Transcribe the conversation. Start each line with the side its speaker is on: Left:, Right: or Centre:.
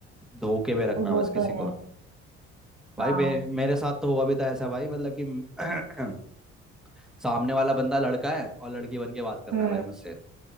Centre: धोखे में रखना
Right: वो
Centre: बस किसी
Right: तो है
Centre: को भाई
Right: हाँ
Centre: बे- मेरे साथ तो हुआ भी था ऐसा भाई मतलब कि <clears throat> सामने वाला बंदा लड़का है और लड़की बन के बात कर
Right: हम्म
Centre: रहा है भाई मुझसे